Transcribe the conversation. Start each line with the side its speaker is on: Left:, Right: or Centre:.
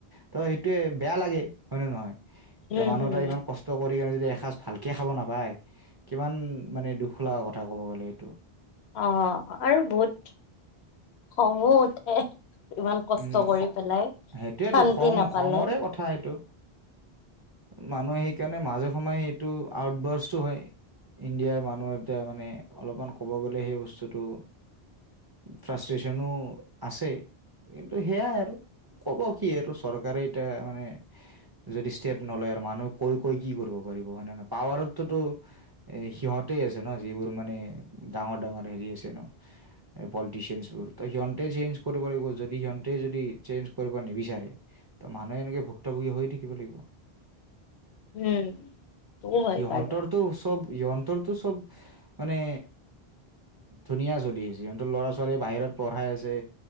Right: ত' সেইটোৱে বেয়া লাগে হয়নে নহয়। এতিয়া
Left: উম,
Right: মানুহ
Left: হুম,
Right: এটাই ইমান কষ্ট কৰি কিনে যদি এসাঁজ ভালকে খাব নাপায়। কিমান মানে দুখ লগা কথা ক'ব গ'লে এইটো।
Left: অ', আৰু বহুত খঙো উঠে। ইমান কষ্ট
Right: উম
Left: কৰি পেলাই
Right: সেইটোয়েতো
Left: শান্তি
Right: খং
Left: নাপালে।
Right: খঙৰে কথা এইটো। মানুহে সেইকাৰণে মাজে সময়ে এইটো আউটডৰ্চটো হয়। ইণ্ডিয়াৰ মানুহ এটাই মানে অলপমান ক'ব গ'লে সেই বস্তুটো ফ্ৰাষ্ট্ৰেশ্যনো আছে। কিন্তু সেয়াই আৰু ক'ব কি আৰু চৰকাৰে এতিয়া মানে যদি ষ্টেপ নলয় আৰু মানুহে কৈ কৈ কি কৰিব পাৰিব হয়নে নহয়। পাৱাৰততো এ সিহঁতে আছে ন, যিবোৰ মানে ডাঙৰ, ডাঙৰ হেৰি আছে ন। এ পলিটিছিয়ানচবোৰ, ত' সিহঁতে চেঞ্জ কৰিব লাগিব যদি সিহঁতে যদি চেঞ্জ কৰিব নিবিচাৰে, ত' মানুহে এনেকে ভুক্তভোগী হৈ থাকিব লাগিব।
Left: উম, টো হয়
Right: সিহঁতৰতো
Left: বাৰু।
Right: চব সিহঁতৰটো চব মানে ধুনীয়া চলি আছে, সিহঁতৰ ল'ৰা ছোৱালী বাহিৰত পঢ়াই আছে।